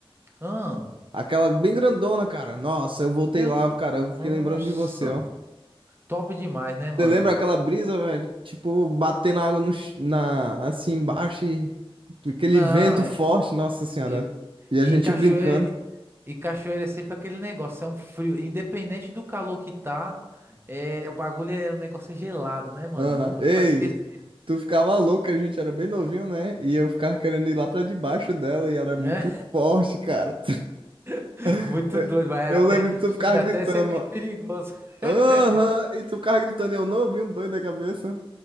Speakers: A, on the right; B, on the right.
A: Ah,
B: Aquela bem grandona, cara. Nossa, eu voltei
A: eu.
B: lá, cara. Eu fiquei
A: Nossa,
B: lembrando de você, ó.
A: top demais, né, mano?
B: Você lembra aquela brisa, velho? Tipo, batendo água no, ch- na, assim embaixo e aquele
A: Não,
B: vento
A: e,
B: forte, nossa senhora.
A: e-
B: E a
A: e
B: gente
A: cachoeira.
B: brincando.
A: E cachoeira é sempre aquele negócio, é um frio. Independente do calor que tá, é, o bagulho é. O negócio é gelado, né, mano?
B: Aham.
A: Não dá
B: Ei,
A: pra esquecer.
B: tu ficava louco, a gente era bem novinho, né? E eu ficava querendo ir lá pra debaixo dela e era muito
A: é
B: forte, cara.
A: <laughs>
B: <laughs>
A: muito doido, vai
B: Eu
A: até.
B: lembro de tu
A: Chega
B: ficar gritando.
A: até a ser meio perigoso.
B: Aham,
A: <laughs>
B: e tu ficava gritando, eu não ouvi um doido da cabeça.